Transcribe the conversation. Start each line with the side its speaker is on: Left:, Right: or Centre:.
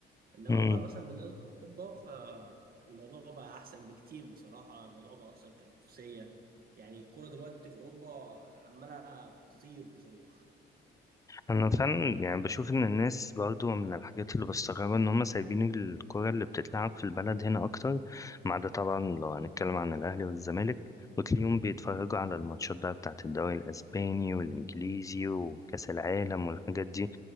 Right: انما
Left: مم.
Right: بقى مثلا بالنسبه لاوروبا فالموضوع بقى احسن بكتير بصراحه الموضوع بقى اكثر تنافسيه يعني الكوره دلوقتي في اوروبا عماله تطير بصاروخ
Left: انا فعلا يعني بشوف ان الناس برضو من الحاجات اللي بستغربها ان هم سايبين الكرة اللي بتتلعب في البلد هنا اكتر ما عدا طبعا لو هنتكلم عن الاهلي والزمالك وتلاقيهم بيتفرجوا على الماتشات بقى بتاعت الدوري الاسباني والانجليزي وكاس العالم والحاجات دي